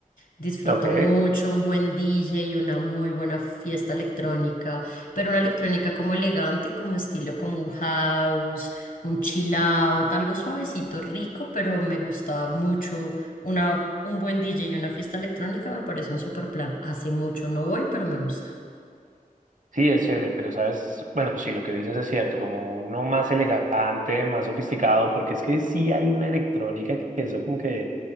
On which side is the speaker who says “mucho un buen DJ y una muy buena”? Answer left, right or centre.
Left